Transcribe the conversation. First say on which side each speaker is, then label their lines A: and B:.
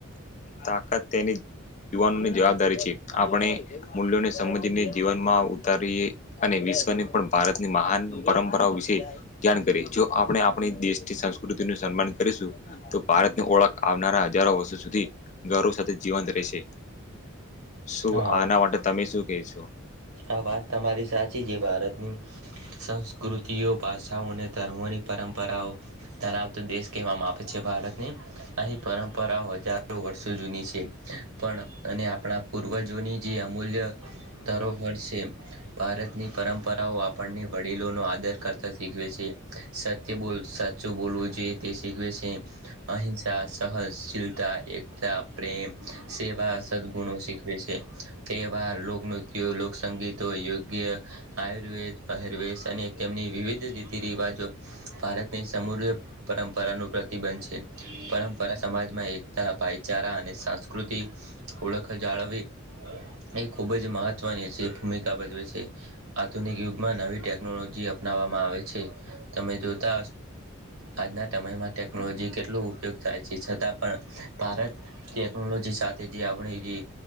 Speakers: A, on the left (about 35°); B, on the right (about 85°).
A: તાકાત તેની જ યુવાનો ની જવાબદારી છે. આપણે મૂલ્યોને સમજીને જીવનમાં ઉતારીએ અને વિશ્વની પણ ભારતની મહાન પરંપરાઓ વિશે ધ્યાન કરીએ. જો આપણે આપણી દેશની સંસ્કૃતિ નું સન્માન કરીશું, તો ભારત ની ઓળખ આવનારા હજારો વર્ષો સુધી, ગૌરવ સાથે જીવંત રહેશે. શું
B: હા
A: આના માટે, તમે શું કેવ છો?
B: આ વાત તમારી સાચી છે. ભારતની સંસ્કૃતિઓ ભાષાઓ અને ધર્મોની પરંપરાઓ ધરાવતો દેશ કહેવામાં આપે છે, ભારતને. અહીં પરંપરાઓ હજારો વર્ષો જૂની છે, પણ અને આપણા પૂર્વજોની જે અમૂલ્ય ધરોફ. <inaudible> ભારતની પરંપરાઓ આપણને વડીલોનો આદર કરતા શીખવે છે. સત્ય બોલ સાચું બોલવું જે તેેશસે અહિંસા સહનશીલતા એકતા પ્રેમ સેવા સદગુણો શીખવે છે તહેવાર લોકનૃત્યો લોકસંગીત તો યોગ્ય આયુર્વેદ પહેરવેશ અને તેમની વિવિધ રીતિ રિવાજો ભારતની સમુદ્ર પરંપરાનું પ્રતિ બન છે પરંપરા સમાજમાં એકતા ભાઈચારા અને સંસ્કૃતિ ઓળખ જાળવી એ ખુબ જ મહત્વની છે. ભૂમિકા ભજવે છે આધુનિક યુગમાં નવી ટેકનોલોજી અપનાવવામાં આવે છે તમે જો. <inaudible> આજના સમયમાં ટેકનોલોજી કેટલો ઉપયોગ થાય છે છતાં પણ ભારત ટેક્નોલોજી સાથે જે આપણી જે